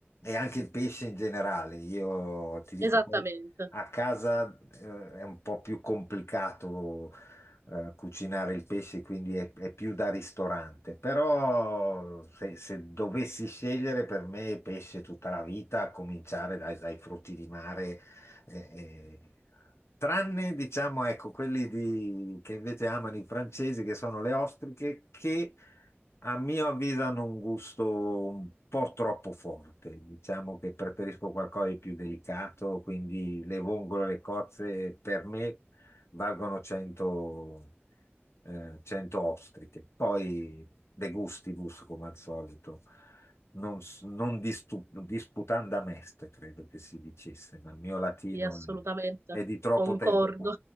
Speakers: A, on the left (about 80°); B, on the right (about 80°).
A: E anche il pesce in generale, io ti dico,
B: Esattamente,
A: poi a casa eh, è un po' più complicato eh, cucinare il pesce, quindi è, è più da ristorante, però se, se dovessi scegliere per me pesce tutta la vita, a cominciare dai, dai frutti di mare eh, eh, tranne, diciamo, ecco, quelli di- che invece amano i francesi, che sono le ostriche, che a mio avviso hanno un gusto un po' troppo forte. Diciamo che preferisco qualcosa di più delicato, quindi le vongole, le cozze, per me valgono 100, eh, 100 ostriche. Poi de gustibus, come al solito non, s- non distu- disputanda est, credo che si dicesse, ma il mio latino
B: sì, assolutamente,
A: è di troppo
B: concordo.
A: tempo fa.